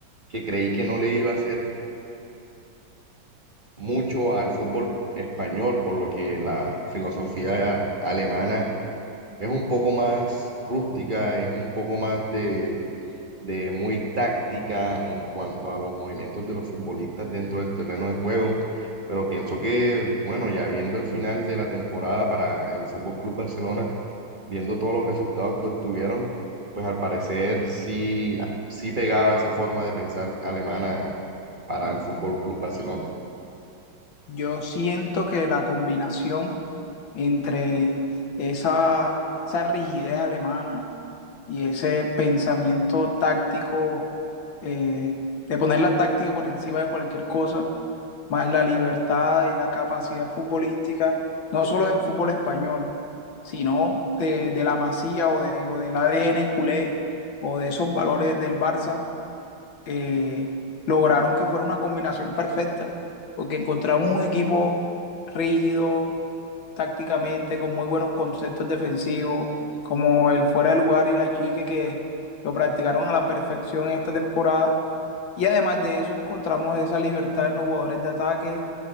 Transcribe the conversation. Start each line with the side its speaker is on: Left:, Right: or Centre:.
Right: que creí que no le iba a ser mucho al fútbol español, por lo que la filosofía alemana es un poco más rústica, es un poco más de, de muy táctica en cuanto a los movimientos de los futbolistas dentro del terreno de juego. Pero pienso que, bueno, ya viendo el final de la temporada para el Fútbol Club Barcelona, viendo todos los resultados que obtuvieron, pues al parecer sí, sí pegaba esa forma de pensar alemana para el Fútbol Club Barcelona.
Left: Yo siento que la combinación entre esa, esa rigidez alemana, y ese pensamiento táctico, eh, de poner la táctica por encima de cualquier cosa, más la libertad y la capacidad futbolística, no solo del fútbol español, sino de, de la masía o, de, o del ADN culé o de esos valores del Barça eh, lograron que fuera una combinación perfecta, porque encontramos un equipo rígido tácticamente, con muy buenos conceptos defensivos, como el fuera de lugar y la chique que lo practicaron a la perfección en esta temporada. Y además de eso encontramos esa libertad en los jugadores de ataque,